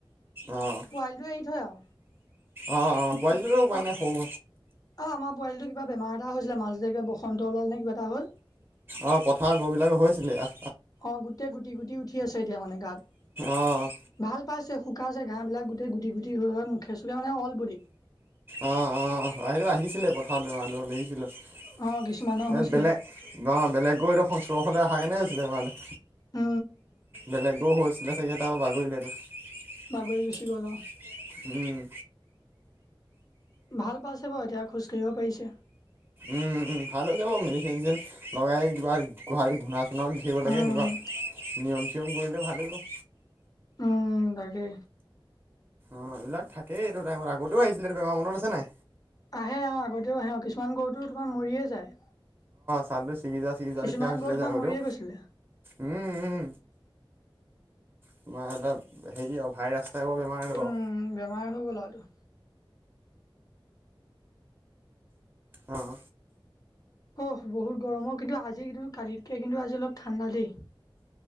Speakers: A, on the right (about 25°); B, on the left (about 45°).
A: অ',
B: পোৱালিটো এৰি থয় আৰু।
A: অ অ। পোৱালিটোতো উপায়
B: অ অ
A: নাই সৰু
B: আমাৰ পোৱালিটো কিবা বেমাৰ এটা হৈছিলে মাজ। বসন্ত ওলালে নে কিবা এটা হ'ল।
A: অ', পথাৰৰ গৰুবিলাক হৈছিলে অ',
B: অ গোটেই গুটি গুটি উঠি আছে এতিয়া মানে গাত।
A: অ',
B: ভাল পাইছে শুকাইছে ঘাঁ বিলাক গোটেই গুটি গুটি হৈ মুখে চুখে মানে অল বডি
A: আহ অ আহিলো আহিছিলে পথাৰ বেমাৰ আহিছিলো। এই
B: অ কিছুমানৰ হৈছিলে
A: বেলেগ ব বেলেগ গৈ এইটো চশলে অহা কেনে হৈছিলে মানে।
B: অ
A: বেলেগবোৰ হৈছিলে চাগে তাৰপা বাগৰিলে তোৰ।
B: বাগৰি গুচি গ'ল অ
A: উম।
B: ভাল পাইছে বাৰু এতিয়া খোজকাঢ়িব পাৰিছে।
A: উম উম ভাল হৈ যাব মেডিচিন- চেডিচিন লগাই। কিবা গোহালি ধূনা চুনাও লিখিব লাগে
B: উম
A: এনেকুৱা নিয়ম চিয়ম কৰিলে ভাল হৈ যাব।
B: উম তাকে।
A: অঁ এইবিলাক থাকেই এইটো টাইমত আগতেও আহিছিলে বেমাৰ মনত আছে নাই।
B: আহে আহ আগতেও আহে অ কিছুমান গৰুটো তোমাৰ মৰিয়ে যায়।
A: চালটো চিগিজা চিগিজা
B: কিছুমান
A: লিখিয়া হৈছিলে
B: গৰু তোমাৰ
A: যে আগতেও
B: মৰিয়ে গৈছিলে
A: উম উম। তোমাৰ হেৰি অ ভাইৰাছ। টাইপৰ বেমাৰ এইটো
B: উম
A: অ'
B: বেমাৰ হৈ গ'ল আৰু তো।
A: অহঁ।
B: অ বহুত গৰমৰ কিন্তু আজি কিন্তু কালিতকে কিন্তু আজি অলপ ঠাণ্ডা দেই।